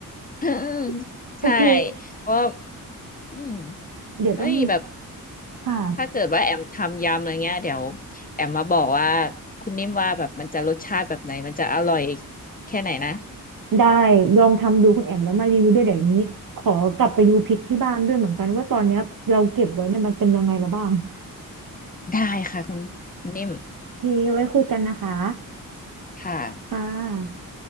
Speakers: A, on the left; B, on the right.
A: อืม
B: <laughs> โอเค
A: ใช่เพราะอืม
B: เดี๋ยวต้อง
A: เฮ้ยแบบ
B: ค่ะ
A: ถ้าเกิดว่าแอมทำยำอะไรเงี้ยเดี๋ยวแอมมาบอกว่าคุณนิ่มว่าแบบมันจะรสชาติแบบไหนมันจะอร่อยแค่ไหนนะ
B: ได้ลองทำดูคุณแอมแล้วมารีวิวด้วยเดี๋ยวนี้ขอกลับไปดูพริกที่บ้านด้วยเหมือนกันว่าตอนเนี้ยเราเก็บไว้เนี่ยมันเป็นยังไงแล้วบ้าง
A: ได้ค่ะคุณคุณนิ่ม
B: โอเคไว้คุยกันนะคะ
A: ค่ะ
B: ค่ะ